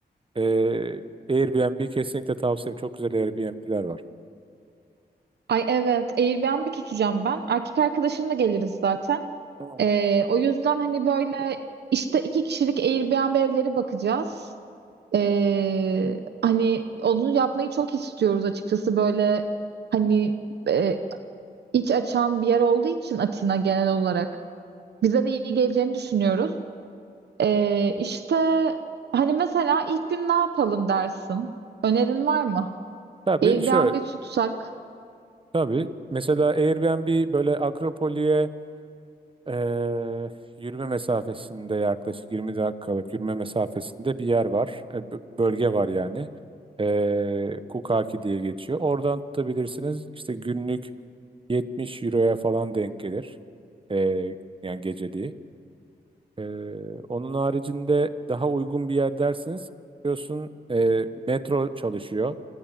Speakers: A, on the right; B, on the right.
A: Ee, Airbnb kesinlikle tavsiyem. Çok güzel Airbnb'ler var.
B: Ay evet, Airbnb tutacağım ben. Erkek arkadaşımla geliriz zaten.
A: Tamam.
B: Ee, o yüzden hani böyle işte iki kişilik Airbnb evleri bakacağız. Ee, hani onu yapmayı çok istiyoruz açıkçası böyle hani e, iç açan bir yer olduğu için Atina genel olarak bize de iyi geleceğini düşünüyoruz. Ee, işte hani mesela ilk gün ne yapalım dersin? Önerin var mı?
A: Tabii
B: Airbnb
A: şöyle.
B: tutsak.
A: Tabii. Mesela Airbnb böyle Akropoli'ye Ee, yürüme mesafesinde yaklaşık 20 dakikalık yürüme mesafesinde bir yer var. E, b- bölge var yani. Ee, Kukaki diye geçiyor. Oradan tutabilirsiniz. İşte günlük 70 euroya falan denk gelir. Ee, yani geceliği. Ee, onun haricinde daha uygun bir yer dersiniz. Biliyorsun e, metro çalışıyor